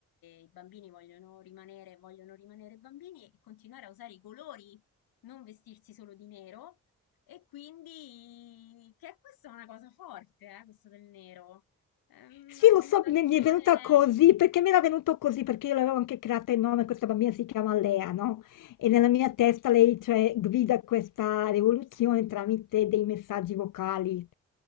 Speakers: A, on the left; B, on the left.
A: i bambini vogliono rimanere, vogliono rimanere bambini e continuare a usare i colori, non vestirsi solo di nero. E quindi, che questa è una cosa forte, eh, questo del nero. È una
B: Sì,
A: connotazione,
B: lo so, mi mi è venuta così, perché mi era venuto così, perché io l'avevo anche creata il nome, questa bambina si chiama Lea, no? E nella mia testa lei, cioè, guida questa rivoluzione tramite dei messaggi vocali.